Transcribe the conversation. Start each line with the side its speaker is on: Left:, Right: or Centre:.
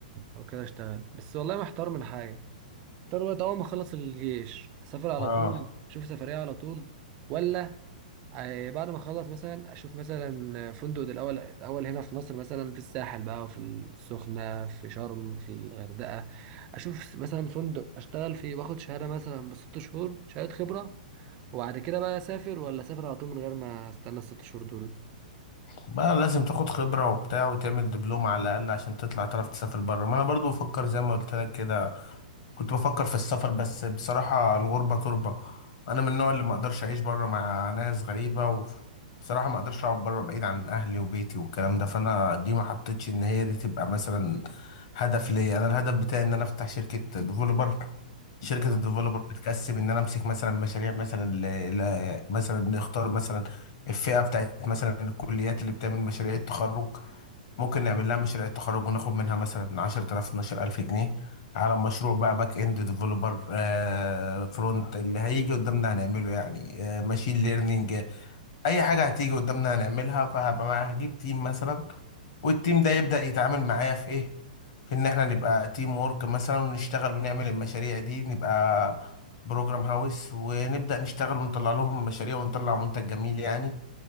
Right: او كده اشتغل بس والله محتار من حاجه محتار وقت اول ما اخلص الجيش اسافر على
Left: اه
Right: طول اشوف سفريه على طول ولا آه، بعد ما اخلص مثلا اشوف مثلا فندق ده الاول الاول هنا في مصر مثلا في الساحل بقى في السخنه في شرم في الغردقه اشوف مثلا فندق اشتغل فيه واخد شهاده مثلا بست شهور شهاده خبره وبعد كده بقى اسافر ولا اسافر على طول من غير ما استنى الست شهور دول
Left: بقى لازم تاخد خبرة وبتاع وتعمل دبلوم على الأقل عشان تطلع تعرف تسافر بره ما أنا برضو بفكر زي ما قلت لك كده كنت بفكر في السفر بس بصراحة الغربة تربة أنا من النوع اللي ما أقدرش أعيش بره مع ناس غريبة وبصراحة ما أقدرش أقعد بره بعيد عن أهلي وبيتي والكلام
Right: مم.
Left: ده فأنا دي ما حطيتش إن هي دي تبقى مثلا هدف ليا أنا الهدف بتاعي إن أنا أفتح شركة ديفولوبر شركة
Right: اه
Left: الديفولوبر بتكسب إن أنا أمسك مثلا مشاريع مثلا ل... ل... مثلا نختار مثلا الفئة بتاعت مثلا الكليات اللي بتعمل مشاريع التخرج ممكن نعمل لها مشاريع التخرج وناخد منها مثلا 10000 12000 جنيه على مشروع بقى باك اند ديفلوبر آه فرونت اللي هيجي قدامنا هنعمله يعني آه ماشين ليرنينج اي حاجة هتيجي قدامنا هنعملها فهبقى معايا- هجيب تيم مثلا والتيم ده يبدأ يتعامل معايا في ايه في ان احنا نبقى تيم وورك مثلا ونشتغل ونعمل المشاريع دي نبقى بروجرام هاوس ونبدأ نشتغل ونطلع لهم مشاريع ونطلع منتج جميل يعني